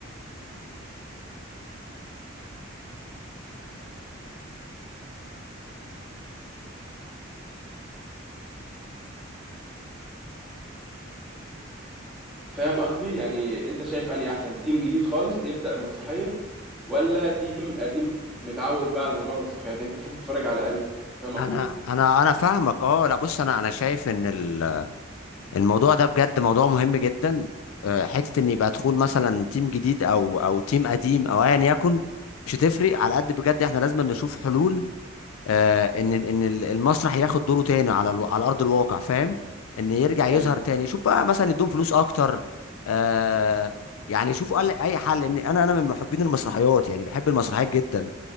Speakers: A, in the centre; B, on the left.
A: فاهم قصدي يعني انت شايف اني احسن تيم جديد خالص يبدأ المسرحية ولا تيم قديم متعود بقى على موضوع المسرحيات يعني انت تحب تتفرج على اني فاهم قصدي
B: انا انا انا فاهمك اه لا بص انا انا شايف ان ال- الموضوع ده بجد موضوع مهم جدا آه، حته ان يبقى دخول مثلا تيم جديد او او تيم قديم او ايا يكن مش هتفرق على قد بجد احنا لازم نشوف حلول آه، ان ان المسرح ياخد دوره تاني على الو... على ارض الواقع فاهم ان يرجع يظهر
A: ايوه
B: تاني يشوف بقى مثلا يدوم فلوس اكتر آه يعني يشوفوا قال- اي حل ان انا انا من محبين المسرحيات يعني بحب المسرحيات جدا